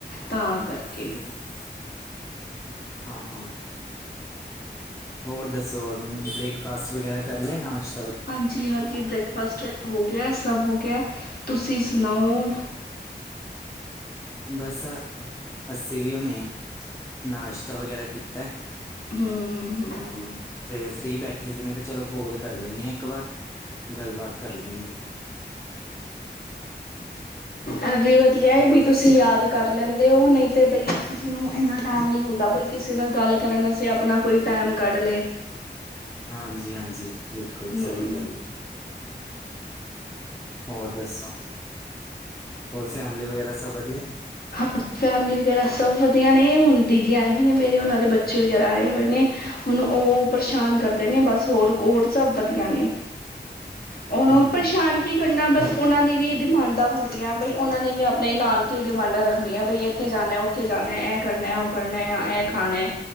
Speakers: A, on the left; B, on the left.
A: ਤਾਂ ਕਰਕੇ
B: ਹੂੰ -ਹੂੰ, ਹਾਂ ਹੋਰ ਦੱਸੋ? ਬ੍ਰੇਕਫਾਸਟ ਵਗੈਰਾ ਕਰ ਲਿਆ, ਨਾਸ਼
A: ਹਾਂਜੀ- ਹਾਂਜੀ, ਬ੍ਰੇਕਫਾਸਟ ਹੋ ਗਿਆ, ਸਭ ਹੋ ਗਿਆ, ਤੁਸੀਂ ਸੁਣਾਓ?
B: ਬਸ, ਅਸੀਂ ਵੀ ਹੁਣੇ, ਨਾਸ਼ਤਾ ਵਗੈਰਾ ਕੀਤਾ।
A: ਹੂੰ - ਹੂੰ
B: ਤੇ ਫ੍ਰਰੀ ਬੈਠੇ ਸੀ, ਮੈਂ ਕਿਹਾ ਚੱਲ ਕਾੱਲ ਕਰ ਲੈਂਦੇ ਹਾਂ ਇੱਕ ਵਾਰ। ਗੱਲਬਾਤ ਕਰ ਲੲਈਏ।
A: ਐ ਵੀ ਵਧੀਆ ਕਿ
B: ਦੱਸੋ?
A: ਤੁਸੀਂ ਯਾਦ ਕਰ ਲੈਂਦੇ ਹੋ, ਨਹੀਂ ਤੇ ਬਈ ਕਿਸੇ ਨੂੰ ਇੰਨਾ ਟਾਈਮ ਨਹੀਂ ਹੁੰਦਾ ਬਈ ਕਿਸੇ ਨਾਲ ਗੱਲ ਕਰਨ ਅਸੀਂ ਆਪਣਾ ਕੋਈ ਟਾਈਮ ਕੱਢ ਲਏ।
B: ਹਾਂਜੀ- ਹਾਂਜੀ, ਬਿਲਕੁਲ,
A: ਹੂੰ-ਹੂੰ।
B: ਸਹੀ ਗੱਲ ਏ। ਹੋਰ ਦੱਸੋ? ਹੋਰ ਫੈਮਲੀ ਵਗੈਰਾ ਸਭ ਵੱਧੀਆ ਨੇ?
A: ਹਾਂਜੀ ਫੈਮਿਲੀ ਵਗੈਰਾ ਸਭ ਵਧੀਆ ਨੇ, ਹੁਣ ਦੀਦੀ ਆਏ ਹੋਏ ਨੇ ਮੇਰੇ, ਉਹਨਾਂ ਦੇ ਬੱਚੇ ਵਗੈਰਾ ਆਏ ਹੋਏ ਨੇ। ਹੁਣ ਉਹ ਪਰੇਸ਼ਾਨ ਕਰਦੇ ਨੇ ਬਸ, ਹੋਰ -ਹੋਰ ਸਭ ਵਧੀਆ ਨੇ। ਉਹਨੂੰ
B: ਹੂੰ-ਹੂੰ।
A: ਪਰੇਸ਼ਾਨ ਕੀ ਕਰਨਾ ਬਸ, ਉਹਨਾਂ ਦੀ ਵੀ ਡਿਮਾਂਡਾਂ ਹੁੰਦੀਆਂ ਬਈ ਉਹਨਾਂ ਨੇ ਵੀ ਆਪਣੇ ਨਾਨਕੇ ਡਿਮਾਂਡਾਂ ਰੱਖਣੀਆਂ ਭਈ, ਇੱਥੇ ਜਾਣਾ, ਉੱਥੇ ਜਾਣਾ, ਇਹ ਕਰਨਾ, ਉਹ ਕਰਨਾ ਹੈ, ਇਹ ਖਾਣਾ ਹੈ।